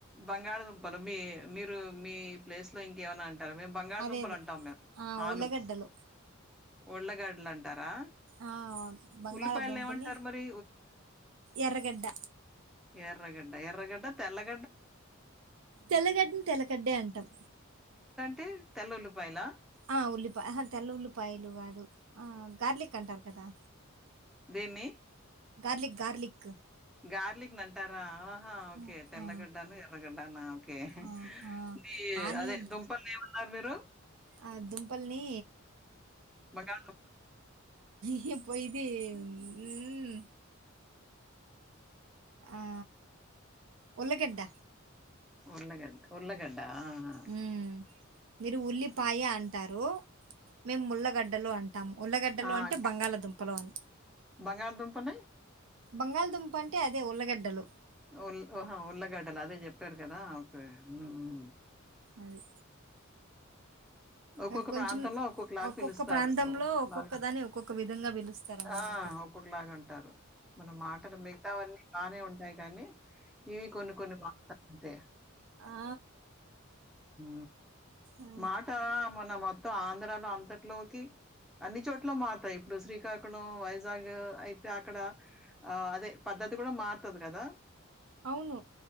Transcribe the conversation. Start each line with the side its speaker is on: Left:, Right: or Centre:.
Centre: బంగాళ దుం పొలం మీ మీరు మీ ప్లేస్ లో ఇంకేమైనా అన్ అంటరు, మేమ్ బంగాలదుుంపలు
Right: అదే అదే
Centre: అంటాం మేము.
Right: ఆ
Centre: ఆలు
Right: ఉల్లగడ్డలు
Centre: ఉళ్ళగడ్లు అంటారా?
Right: ఆ, బంగళ
Centre: ఉల్లిపాయలు
Right: దుంపని
Centre: ఏమంటారు మరి
Right: ఎర్రగడ్డ.
Centre: ఏర్రగడ్ ఎర్ర గడ్డ, తెల్ల గ్
Right: తెల్లగడ్డని తెల్లగడ్డే అంటాం.
Centre: టె, తెల్ల ఉల్లిపాయలా?
Right: ఆ ఉల్లిపాయ, అహా తెల్ల ఉల్లిపాయలు కాదు. ఆ గార్లిక్ అంటారు కదా?
Centre: దేన్నీ?
Right: Garlic, garlic.
Centre: గార్లిక్ నంటారా? ఆహా ఓకే,
Right: ఆ
Centre: తెల్లగడ్డను
Right: ఆ
Centre: ఎర్రగడ్ టనా కే,
Right: ఆ ఆ,
Centre: మీ
Right: ఆనియన్
Centre: అదే దుంపల్నేమన్నారు మీరు?
Right: ఆ దుంపల్ని
Centre: బంగాళ దుం
Right: ఏం పోయిది ఉమ్ ఆ ఉళ్ళగడ్డ
Centre: ఉళ్ళగడ్, ఉళ్లగడ్ ఆ హా
Right: మ్మ్ మీరు ఉల్లిపాయ అంటారు, మేమ్ ఉల్లగడ్డలు అంట్ టం ఉల్లగడ్డలు
Centre: ఆ ఆ
Right: అంటే
Centre: క
Right: బంగాళదుంపలు అని.
Centre: బంగాళదుంపని
Right: బంగాల్ దుంపంటే అదే ఉల్లగడ్డలు
Centre: ఉల్హా ఉల్ళగడ్డలా అదే చెప్ ఇప్పకదాకు ఆ
Right: అది
Centre: ఒక్కొక్క
Right: ఆ కొంచెం
Centre: ప్రాంతంలో ఒక్కొ క్లాక్
Right: ఒక్కొక్క
Centre: పిలుస్తారు
Right: ప్రాంతంలో
Centre: ఒక్కొక్కలాక్
Right: ఒక్కొక్క దాన్ని ఒక్కొక్క విధంగా పిలుస్తారు అన్నమాట
Centre: ఆ ఒక్కొ క్లాక్ అంటారు మనం మాటలు మిగతా అవన్నీ బాగానే ఉంటాయి కానీ ఇవి కొన్ని కొన్ని మా అంతే
Right: ఆ
Centre: హ
Right: ఆ
Centre: మాట మొన మొత్త అ <unintelligible> తట్లోకి. అన్ని చోట్ల మారుతాయి. ఇప్పుడు శ్రీకాకుళం, వైజాగ్ అయితే అక్కడ ఆ అదే పద్ధతి కూడ మారుతది కదా?
Right: అవును